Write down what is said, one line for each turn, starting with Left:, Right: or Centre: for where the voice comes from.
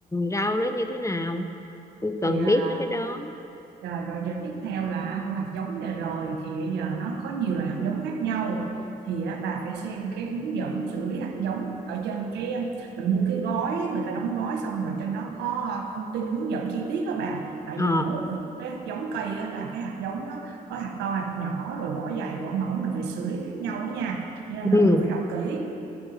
Left: rau đó như thế nào. Tôi cần
Right: thì à,
Left: biết mấy cái đó.
Right: rồi, rồi giờ tiếp theo là mua hạt giống giờ rồi thì giờ nó có nhiều loại hạt giống khác nhau thì á, bà phải xem cái hướng dẫn xử lý hạt giống ở trên cái à, mình mua cái gói người ta đóng gói xong rồi trên đó có thông tin hướng dẫn chi tiết đó bà tại
Left: Ờ,
Right: vì mỗi một, một cái hạt giống cây á, là cái hạt giống nó có hạt to hạt nhỏ rồi vỏ dày vỏ mỏng mình phải xử lý khác nhau đó nha cho nên là
Left: ừ,
Right: mình phải đọc kỹ